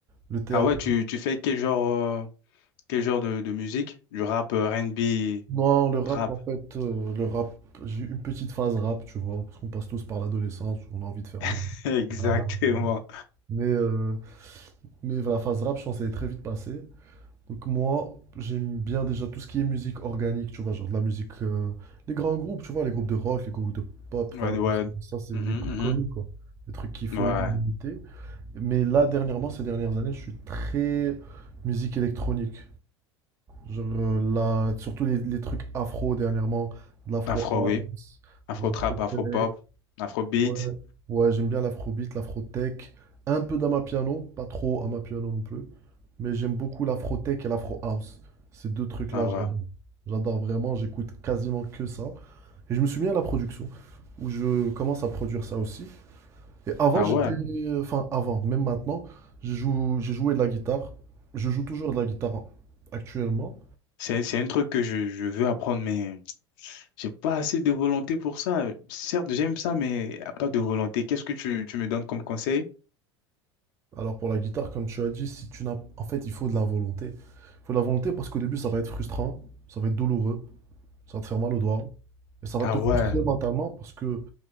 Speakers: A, on the right; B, on the left.
A: Le théâtre.
B: Ah ouais, tu, tu fais quel genre, euh, quel genre de, de musique? Du rap, euh, R&B,
A: Non, le rap,
B: trap.
A: en fait, euh, le rap, j'ai eu une petite phase rap, tu vois, parce qu'on passe tous par l'adolescence, où on a envie de faire les... <laughs>
B: <laughs> Exactement.
A: Voilà, voilà. Mais, euh, mais la phase rap, je pense, elle est très vite passée. Donc moi, j'aime bien déjà tout ce qui est musique organique, tu vois, genre de la musique... euh, les grands groupes, tu vois, les groupes de rock, les groupes de pop,
B: Ouais,
A: voilà.
B: ouais.
A: Ça, c'est
B: Mhm,
A: les trucs connus, quoi. Les trucs qui font
B: mhm. Ouais.
A: l'unanimité. Mais là, dernièrement, ces dernières années, je suis très musique électronique. Genre, euh, la- surtout les, les trucs afro dernièrement, de l'afro
B: Afro,
A: house,
B: oui. Afro
A: de l'afro
B: trap, afro
A: tech.
B: pop, afro beat.
A: Ouais, ouais, j'aime bien l'afrobeat, l'afro tech. Un peu d'amapiano, pas trop amapiano non plus. Mais j'aime beaucoup l'afro tech et l'afro house. Ces deux trucs-là,
B: Ah
A: j'adore.
B: ouais.
A: J'adore vraiment, j'écoute quasiment que ça. Et je me suis mis à la production, où je commence à produire ça aussi. Et avant,
B: Ah
A: j'étais.
B: ouais.
A: Enfin, avant, même maintenant, je joue, j'ai joué de la guitare. Je joue toujours de la guitare hein, actuellement.
B: C'est, c'est un truc que je, je veux apprendre, mais j'ai pas assez de volonté pour ça. Certes, j'aime ça, mais y a pas de volonté. Qu'est-ce que tu, tu me donnes comme conseil?
A: Alors pour la guitare, comme tu as dit, si tu n'as... En fait, il faut de la volonté. Il faut de la volonté parce qu'au début, ça va être frustrant, ça va être douloureux, ça va te faire mal aux doigts. Et ça va
B: Ah
A: te
B: ouais,
A: frustrer mentalement parce que